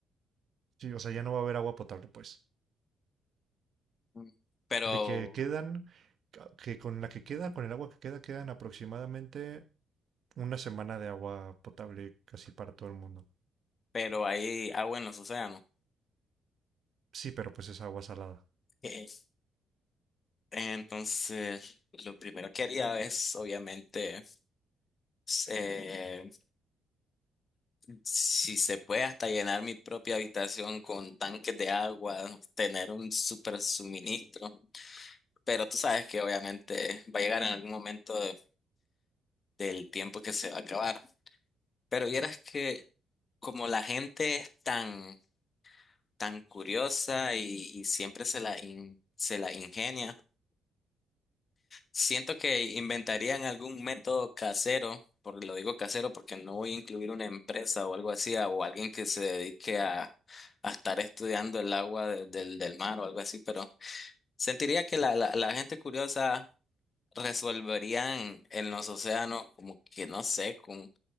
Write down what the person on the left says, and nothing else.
Mm. Pero,
pero hay agua en los océanos.
Ok. Entonces, lo primero que haría es, obviamente, eh, si se puede hasta llenar mi propia habitación con tanques de agua, tener un super suministro. pero tú sabes que obviamente va a llegar en algún momento de- del tiempo que se va a acabar. Pero vieras que como la gente es tan, tan curiosa y, y siempre se la, in- se la ingenia, siento que inventarían algún método casero, porque lo digo casero porque no voy a incluir una empresa o algo así, a- o alguien que se dedique a, a estar estudiando el agua de- del, del mar o algo así, pero sentiría que la, la la gente curiosa resolverían en los océanos, como que no sé, con